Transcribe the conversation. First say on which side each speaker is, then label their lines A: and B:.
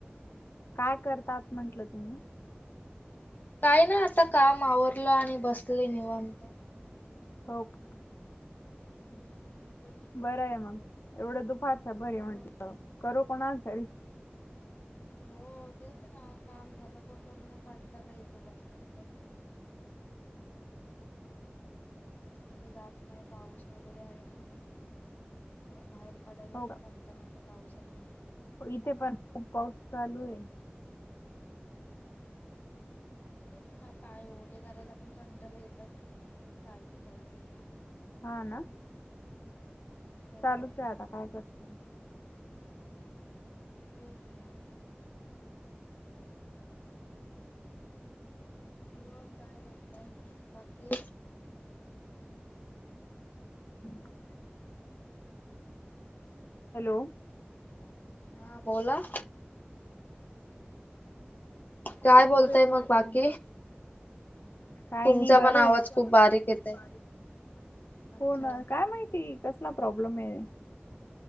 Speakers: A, on the left; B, on the left.
A: काय करतात म्हंटलं तुम्ही?
B: काय नाही आता काम आवरलं आणि बसले निवांत.
A: हो का.
B: हम्म तुम्ही,
A: बरं आहे मग, एवढं दुपारच बरी म्हटलं
B: हो
A: करू कोणाला तरी.
B: हो, तेच ना काम झालं तर पण मग कंटाळा येतो, बसून पण कुठे जात नाही, पाऊस वगैरे आहे ना. बाहेर पडायला पण,
A: का
B: कांटाळा येतो पाऊसा तून,
A: हो, इथे पण खूप पाऊस चालू आहे.
B: तेच ना, पाय ओले करायला पण कंटाळा येतात, सारखे- सारखे.
A: हा, ना,
B: हो
A: चालूच आहेआता, काय करणार.
B: तेच, ना. मग काय बोलताय, बाकी?
A: <unintelligible> हॅलो?
B: हा, बोला! काय बोलताय,
A: आवाज येत नव्हता
B: मग बाकी?
A: का? काय
B: तुमचा
A: नाही बरं
B: पण आवाज
A: आहे, तुमचा
B: खूप
A: पण
B: बारीक
A: आवाज,
B: येतय
A: खूप बारीक
B: अच्छा
A: हो ना काय माहिती. ती कसला, प्रॉब्लेम आहे.